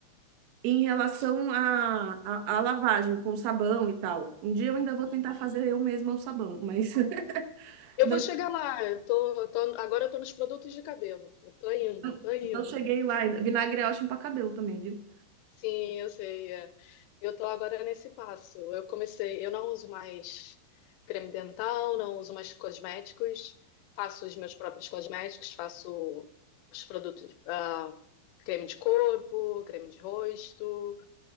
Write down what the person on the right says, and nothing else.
em relação à à à lavagem com sabão e tal. Um dia eu ainda vou
tentar fazer eu mesma o sabão, mas. <laughs>
Não
Eu
não cheguei lá ainda. Vinagre é ótimo pra cabelo também, viu?